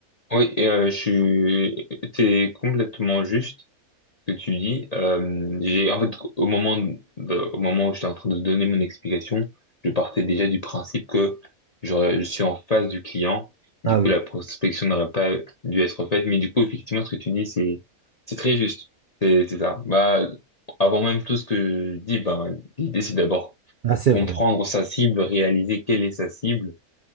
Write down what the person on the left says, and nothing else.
oui. euh, je suis, t'es complètement juste. que tu dis. Euh, j'ai en fait au moment de- au moment où j'étais en train de donner mon explication, je partais déjà du principe que j'aurais, je suis en face du client.
Du coup,
la prospection n'aurait pas dû être faite. Mais du coup, effectivement, ce que tu dis, c'est c'est très juste. C'est c'est ça. Bah, avant même tout ce que je dis, ben l'idée c'est d'abord
comprendre
sa cible, réaliser quelle est sa cible,